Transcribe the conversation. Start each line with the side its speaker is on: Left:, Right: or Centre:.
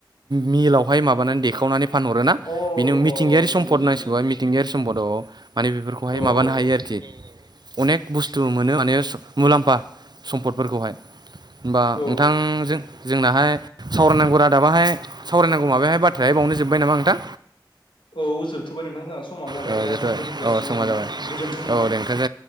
Right: मिलआवहाय माबानानै देखायनानै फानहरोना
Left: अ
Right: बिनि मिथिंगायारि
Left: अ बुजिबाय
Right: सम्पद होनांसिगौाय
Left: बुजिबाय बुजिबाय
Right: मिथिंगायारि सम्पदाव अ माने बेफोरखौहाय
Left: औ
Right: माबानो
Left: औ
Right: हायो आरोखि <unintelligible> अनेक बुस्थु मोनो माने स मुलाम्फा सम्पदफोरखौहाय हमबा
Left: औ
Right: नोंथांजों जोंनाहाय सावरायनांगौ रादाबाहाय सावरायनांगौ माबायाहाय बाथ्रायाय बावनो जोब्बाय नामा नोंथां?
Left: औ जोबथ'बाय नोंथां जोंहा समा जाबाय
Right: औ
Left: दा
Right: जथ'बाय
Left: जों दोनथ' जासिगोन
Right: औ समा
Left: नामा नोंथां
Right: जाबाय
Left: गोजोन्थों नोंथां
Right: औ देंख